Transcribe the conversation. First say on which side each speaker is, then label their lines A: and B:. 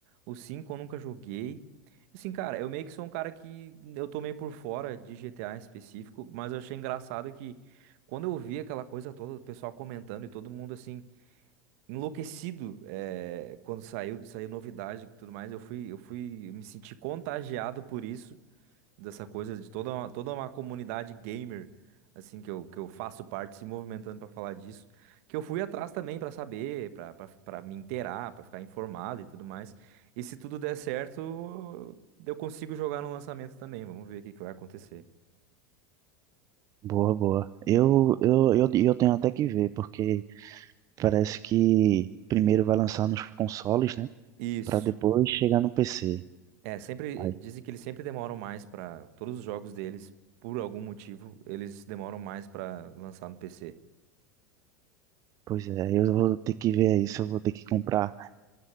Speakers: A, on the right (about 60°); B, on the right (about 40°).
A: O 5 eu nunca joguei. Assim, cara, eu meio que sou um cara que eu tô meio por fora de GTA em específico, mas eu achei engraçado que quando eu vi aquela coisa toda, o pessoal comentando e todo mundo assim, enlouquecido, eh, quando saiu, saiu novidade e tudo mais, eu fui, eu fui, eu me senti contagiado por isso dessa coisa de toda uma, toda uma comunidade gamer, assim, que eu, que eu faço parte, se movimentando pra falar disso, que eu fui atrás também pra saber, pra pra- pra me inteirar, pra ficar informado e tudo mais. E se tudo der certo, eu consigo jogar no lançamento também. Vamos ver o que que vai acontecer.
B: Boa, boa. Eu, eu, eu, eu tenho até que ver, porque parece que primeiro vai lançar nos consoles, né?
A: Isso.
B: para depois chegar no PC.
A: É, sempre
B: Aí,
A: dizem que eles sempre demoram mais pra. todos os jogos deles, por algum motivo, eles demoram mais pra lançar no PC.
B: pois é, aí eu vou ter que ver aí se eu vou ter que comprar